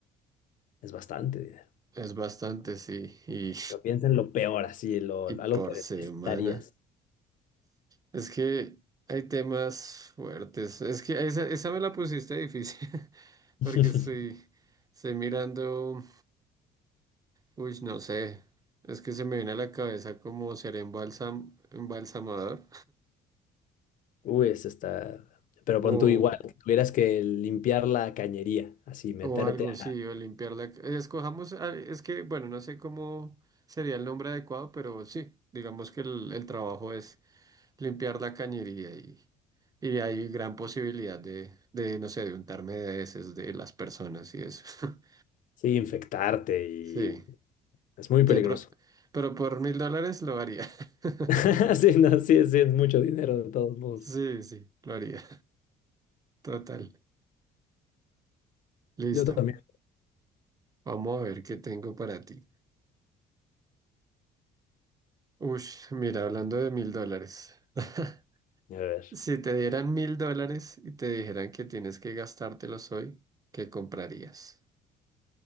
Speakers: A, on the left (about 50°); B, on the right (about 20°).
A: Es bastante dinero.
B: es bastante, sí. Y,
A: Pero piensa en lo peor, así, lo,
B: <laughs> y
A: algo
B: por
A: que
B: semana.
A: detestarías.
B: Es que hay temas fuertes. Es que esa, esa me la pusiste difícil <laughs>
A: <laughs>
B: porque estoy, estoy mirando. Uy, no sé. Es que se me viene a la cabeza como ser embalsam, embalsamador
A: Uy, eso está. Pero
B: o,
A: pon tú igual, que tuvieras que limpiar la cañería, así, meterte
B: o algo, sí,
A: a.
B: o limpiar la... ca- Escojamos, ah, es que, bueno, no sé cómo sería el nombre adecuado, pero sí, digamos que el, el trabajo es limpiar la cañería y, y hay gran posibilidad de, de, no sé, de untarme de heces de las personas y eso. <laughs>
A: Sí, infectarte y.
B: Sí,
A: Es muy
B: Te
A: peligroso.
B: pro- pero por mil dólares lo haría. <laughs>
A: <laughs> Sí, no, sí, sí, es mucho dinero de todos modos.
B: Sí, sí, lo haría. Total. Listo.
A: Yo también.
B: Vamos a ver qué tengo para ti. Ush, mira, hablando de mil dólares. <laughs>
A: A ver.
B: Si te dieran mil dólares y te dijeran que tienes que gastártelos hoy, ¿qué comprarías?